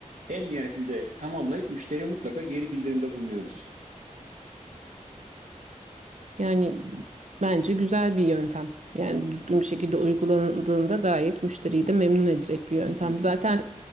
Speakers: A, on the right (about 80°); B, on the right (about 60°).
A: en nihayetinde tamamlayıp müşteriye mutlaka geri bildirimde bulunuyoruz.
B: Yani bence güzel bir yöntem. Yani düzgün bir şekilde uygulandığında gayet müşteriyi de memnun edecek bir yöntem.
A: Evet,
B: Zaten